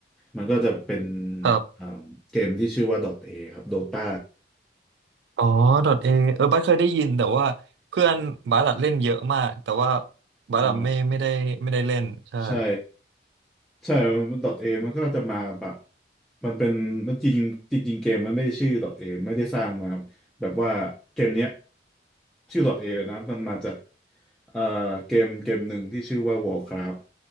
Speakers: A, in the centre; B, on the right (about 75°).
A: มันก็จะเป็น
B: ครับ
A: อ่าเกมที่ชื่อว่า .A ครับ Dota
B: อ๋อ dot A เออบัสเคยได้ยินแต่ว่าเพื่อนบัสอะเล่นเยอะมากแต่ว่าบัสอะไม่ไม่ได้ไม่ได้เล่นใช่
A: อ่าใช่ ใช่ดอทเอมันก็จะมาแบบ มันเป็นมันจริงจริงๆเกมมันไม่ได้ชื่อดอทเอไม่ได้สร้างมาแบบว่าเกมเนี้ยชื่อดอทเอเลยนะ มันมาจากเอ่อเกมเกมหนึ่งที่ชื่อว่า Warcraft